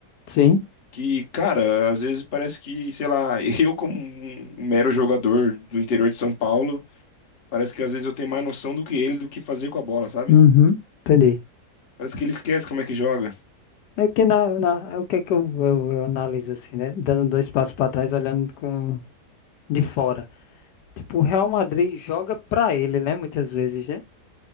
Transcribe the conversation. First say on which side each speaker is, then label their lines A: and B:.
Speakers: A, on the left; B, on the left.
A: Sim,
B: Que, cara, às vezes parece que, sei lá, <laughs> eu como um mero jogador do interior de São Paulo, parece que às vezes eu tenho mais noção do que ele do que fazer com a bola, sabe?
A: uhum, entendi.
B: Parece que ele esquece como é que joga.
A: É que na, na, é o que é que eu, eu, eu analiso assim, né? Dando dois passos para trás, olhando com de fora. Tipo, o Real Madrid joga para ele, né? Muitas vezes, né?